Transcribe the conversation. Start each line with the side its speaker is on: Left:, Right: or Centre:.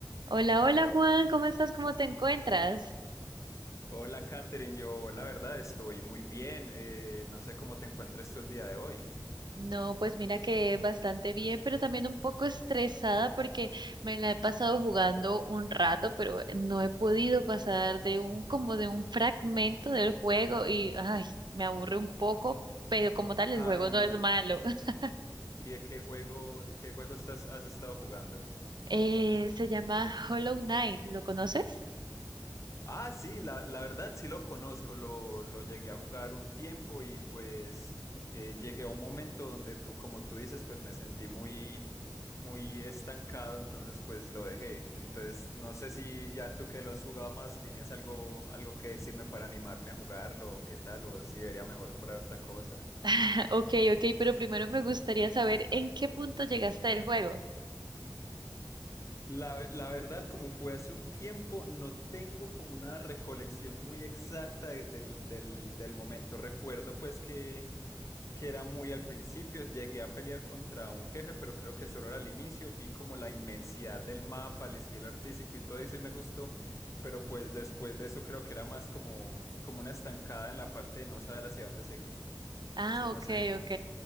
Right: Hola, hola Juan, ¿cómo estás? ¿Cómo te encuentras?
Left: Hola, Katherine. Yo, la verdad, estoy muy bien. Eh, no sé cómo te encuentres tú el día de hoy.
Right: No, pues mira que bastante bien, pero también un poco estresada porque me la he pasado jugando un rato, pero no he podido pasar de un como de un fragmento del juego y ay, me aburre un poco, pero como tal
Left: Ah,
Right: el juego
Left: y,
Right: no es malo. <laughs>
Left: y de qué juego, qué juego estás, has estado jugando.
Right: Eh, se llama Hollow Knight, ¿lo conoces?
Left: Ah, sí, la, la verdad sí lo conozco. Lo, lo llegué a jugar un tiempo y pues eh, llegué a un momento donde tú, como tú dices, pues me sentí muy, muy estancado, entonces pues lo dejé. Entonces, no sé si ya tú que lo has jugado más, tienes algo, algo que decirme para animarme a jugarlo, o qué tal, o si debería mejor por otra cosa.
Right: <laughs> Ok, ok, pero primero me gustaría saber en qué punto llegaste del juego.
Left: La, la verdad, como fue hace un tiempo, no tengo como una recolección muy exacta de- del, del- del momento. Recuerdo pues que, que era muy al principio, llegué a pelear contra un jefe, pero creo que solo era al inicio, vi como la inmensidad del mapa, el estilo artístico y todo eso y me gustó, pero pues después de eso creo que era más como, como una estancada en la parte de no saber hacia dónde seguir.
Right: Ah,
Left: Entonces
Right: ok,
Left: no sé,
Right: ok.